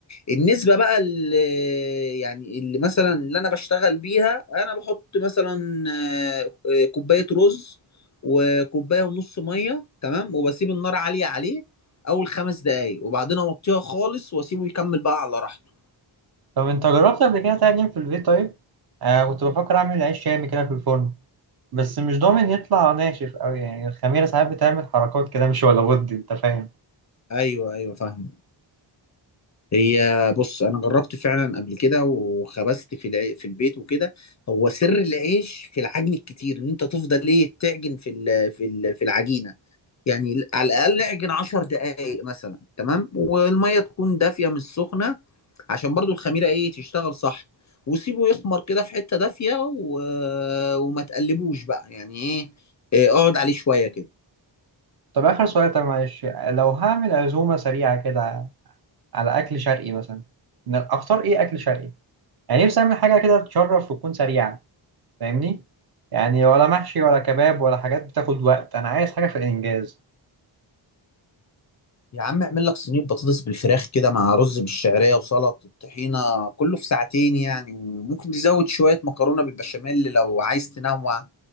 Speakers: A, on the left; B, on the right.
A: النسبة بقى اللي يعني اللي مثلا اللي أنا بشتغل بيها أنا بحط مثلا آه، آه، كوباية رز وكوباية ونص مية تمام وبسيب النار عالية عليه أول خمس دقايق وبعدين أوطيها خالص وأسيبه يكمل بقى على راحته
B: طب انت جربت قبل كده تعجن في البيت طيب؟ آه كنت بفكر اعمل عيش شامي كده في الفرن بس مش ضامن يطلع ناشف قوي يعني الخميرة ساعات بتعمل حركات كده مش ولا بد انت فاهم
A: أيوه أيوه فاهم هي بص أنا جربت فعلا قبل كده وخبزت في العي... في البيت وكده هو سر العيش في العجن الكتير إن أنت تفضل إيه تعجن في ال... في ال... في العجينة يعني على الاقل اعجن 10 دقائق مثلا تمام والميه تكون دافيه مش سخنه عشان برضو الخميره ايه تشتغل صح وسيبه يخمر كده في حته دافيه و... وما تقلبوش بقى يعني ايه إيه، اقعد عليه شويه كده
B: طب اخر سؤال طب معلش لو هعمل عزومة سريعة كده على اكل شرقي مثلا ن- اختار ايه اكل شرقي؟ يعني نفسي اعمل حاجة كده تشرف وتكون سريعة فاهمني؟ يعني ولا محشي ولا كباب ولا حاجات بتاخد وقت انا عايز حاجة في الانجاز
A: يا عم اعمل لك صينيه بطاطس بالفراخ كده مع رز بالشعريه وسلطه الطحينه كله في ساعتين يعني وممكن تزود شويه مكرونه بالبشاميل لو عايز تنوع